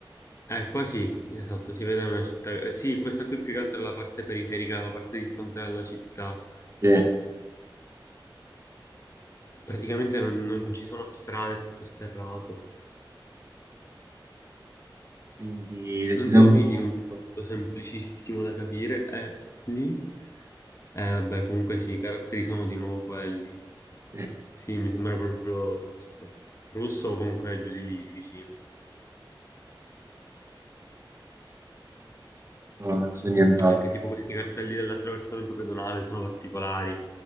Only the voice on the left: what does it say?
Eh, qua sì, esatto, si vede una città. eh, sì, questa qui più che altro è la parte periferica, la parte distante dalla città.
Praticamente non, non ci sono strade, è tutto sterrato.
Non siamo finiti
in un Mm. punto semplicissimo da capire. E lì, eh, vabbè, comunque sì, i caratteri sono di nuovo quelli.
Sì, mi sembra proprio russo. Russo o comunque giù di lì vicino.
Anche tipo questi cartelli dell'attraversamento pedonale sono particolari,